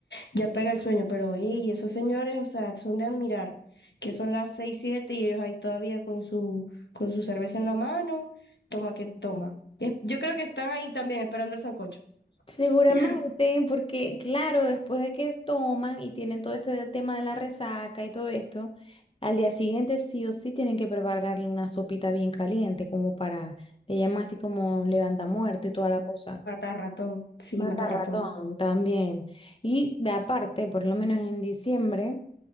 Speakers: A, on the left; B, on the left.
A: ya pega el sueño, pero ey, esos señores, o sea, son de admirar, que son las seis, siete y ellos ahí todavía con su, con su cerveza en la mano, toma que toma. Es- Yo creo que están ahí también esperando el sancocho.
B: Seguramente,
A: <laughs>
B: porque claro, después de que toman y tienen todo este tema de la resaca y todo esto, al día siguiente sí o sí tienen que prepararle una sopita bien caliente, como para, le llaman así como levanta muerto y toda la cosa.
A: Matar ratón, sí,
B: Mata
A: matar
B: ratón
A: ratón.
B: también. Y de aparte, por lo menos en diciembre,